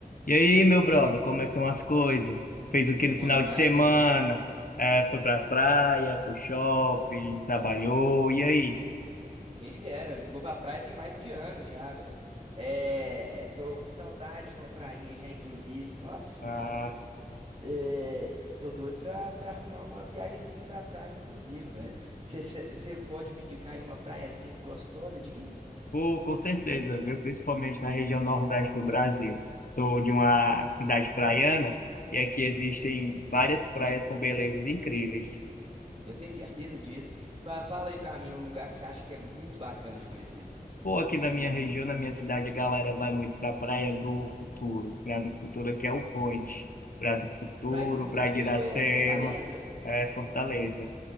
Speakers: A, on the left (about 65°); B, on the right (about 40°).
A: E aí, meu brother, como é que estão as coisas? Fez o que
B: Tô
A: no
B: bom
A: final
B: demais,
A: de semana?
B: e você?
A: É, foi pra praia, pro shopping, trabalhou, e aí?
B: Quem dera, eu não vou pra praia tem mais de ano já, velho. É, tô com saudade de uma prainha já, inclusive. Nossa senhora.
A: Ah,
B: É, tô doido pra, pra arrumar uma viagemzinha pra praia, inclusive, velho. Você pode me indicar aí uma praiazinha gostosa de ir?
A: ficou com certeza, viu? Principalmente na região nordeste do Brasil. Sou de uma cidade praiana e aqui existem várias praias com belezas incríveis.
B: Eu tenho certeza disso. Fa- Fala aí pra mim um lugar que você acha que é muito bacana de conhecer.
A: Pô, aqui na minha região, na minha cidade, a galera vai muito pra Praia do Futuro. Praia do Futuro aqui é o Point. Praia do Futuro,
B: Praia do Futuro
A: Praia de Iracema,
B: é Fortaleza?
A: é Fortaleza.